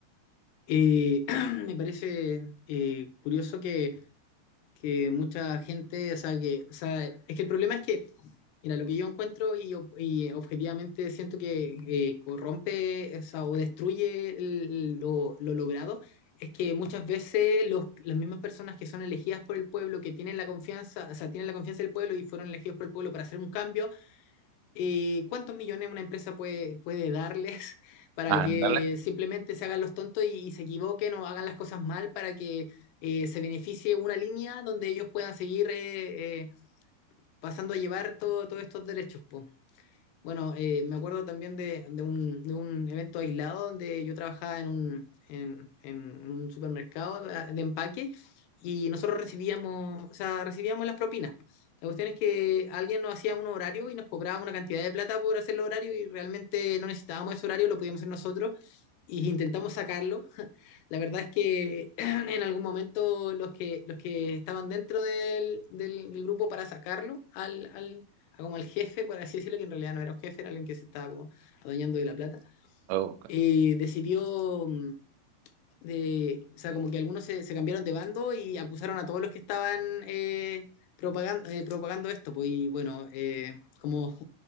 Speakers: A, on the left (about 80°); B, on the right (about 85°).
A: Y <clears throat> me parece eh, curioso que, que mucha gente, o sea, que, o sea, es que el problema es que Mira, lo que yo encuentro y, ob- y eh, objetivamente siento que eh, corrompe o, sea, o destruye el- lo, lo logrado es que muchas veces los, las mismas personas que son elegidas por el pueblo, que tienen la confianza, o sea, tienen la confianza del pueblo y fueron elegidos por el pueblo para hacer un cambio, eh, ¿cuántos millones una empresa puede, puede darles <laughs> para
B: Ándale.
A: que simplemente se hagan los tontos y, y se equivoquen o hagan las cosas mal para que eh, se beneficie una línea donde ellos puedan seguir eh, eh, pasando a llevar todo- todos estos derechos, po? Bueno, eh, me acuerdo también de, de un, de un evento aislado donde yo trabajaba en un, en, en- en un supermercado de, de empaque y nosotros recibíamos, o sea, recibíamos las propinas. La cuestión es que alguien nos hacía un horario y nos cobraba una cantidad de plata por hacer el horario y realmente no necesitábamos ese horario, lo podíamos hacer nosotros y intentamos sacarlo. La verdad es que <clears throat> en algún momento los que, los que estaban dentro del, del- del grupo para sacarlo al, al, a como el jefe, por así decirlo, que en realidad no era un jefe, era alguien que se estaba como adueñando de la plata,
B: Oh, ok.
A: eh, decidió mm, de, o sea, como que algunos se, se cambiaron de bando y acusaron a todos los que estaban eh, propagando, eh, propagando esto, pues, y bueno, eh, como, <laughs> o